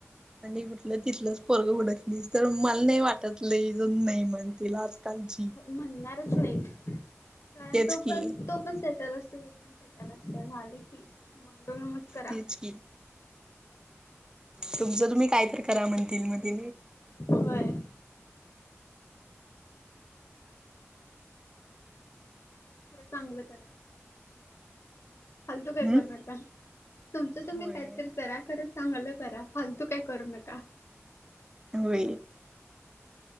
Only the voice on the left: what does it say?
म्हणणारच नाही कारण
तो
पण तो पण सेटल असतो पण सेटल असल्या झाले की मंगलमत करा
होय खरं चांगलं करा हालतो काय
कर नका तुमचं तुम्ही
काहीतरी करा खत चांगलं करा फालतू काय करू नका